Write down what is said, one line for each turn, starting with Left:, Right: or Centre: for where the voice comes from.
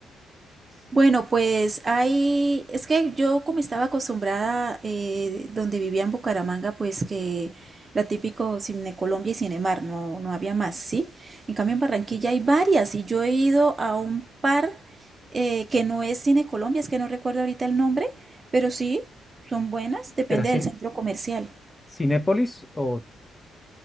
Right: Bueno, pues ahí es que yo como estaba acostumbrada eh, donde vivía en Bucaramanga, pues que la típico Cine Colombia y Cinemar, no, no había más, ¿sí? En cambio en Barranquilla hay varias y yo he ido a un par eh, que no es Cine Colombia, es que no recuerdo ahorita el nombre, pero sí, son buenas, depende
Left: ¿Será cine,
Right: del centro comercial.
Left: Cinépolis o...?